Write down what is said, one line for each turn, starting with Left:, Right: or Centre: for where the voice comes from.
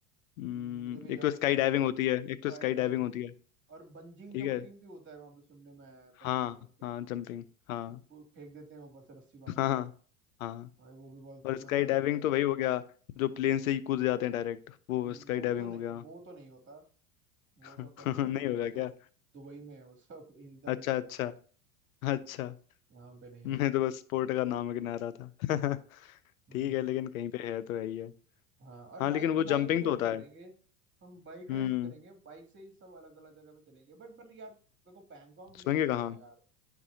Left: हम्म,
Right: हम्म, मुझे भी
Left: एक
Right: याद
Left: तो स्काई
Right: नहीं आ रहा
Left: डाइविंग होती है
Right: Sky
Left: एक तो स्काई
Right: diving
Left: डाइविंग होती है
Right: और बंजिंग
Left: ठीक
Right: जंपिंग
Left: है
Right: भी होता है वहाँ पे सुनने में आया है बंजिंग
Left: हाँ
Right: जंपिंग
Left: हाँ जंपिंग हाँ
Right: वो को- फेंक देते हैं ऊपर से रस्सी बांध
Left: <laughs> हाँ
Right: के
Left: हाँ हाँ
Right: भाई वो भी बहुत
Left: और स्काई
Right: मजा
Left: डाइविंग
Right: लगता है
Left: तो वही हो गया जो प्लेन से ही कूद जाते हैं डायरेक्ट वो
Right: हम्म,
Left: स्काई
Right: वो
Left: डाइविंग
Right: तो नहीं
Left: हो गया
Right: वो तो नहीं होता वो
Left: <laughs>
Right: सब तो नहीं
Left: नहीं
Right: है भाई
Left: होगा
Right: वो सब
Left: क्या
Right: दुबई में है वो सब <laughs> इधर
Left: अच्छा
Right: नहीं
Left: अच्छा
Right: है भाई
Left: अच्छा
Right: यहाँ पे नहीं
Left: मैं
Right: है
Left: तो बस स्पोर्ट का नाम गिना रहा था <laughs>
Right: हम्म
Left: ठीक है लेकिन कहीं पे है तो है ही है
Right: हाँ और
Left: हाँ
Right: बाइक
Left: लेकिन वो
Right: बाइक
Left: जंपिंग
Right: ही रेंट
Left: तो होता
Right: करेंगे
Left: है
Right: हम बाइक रेंट
Left: हम्म
Right: करेंगे बाइक से ही सब अलग अलग जगह पे चलेंगे बट बट यार मेरे को पैंगोंग
Left: सोएंगे
Right: लेक जाना
Left: कहाँ
Right: है यार